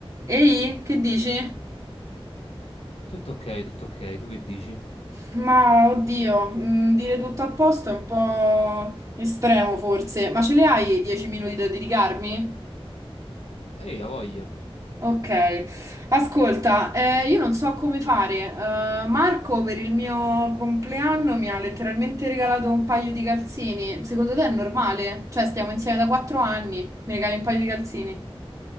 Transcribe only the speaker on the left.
Tutto ok, tutto ok, tu che dici?
Ehi, ha voglia.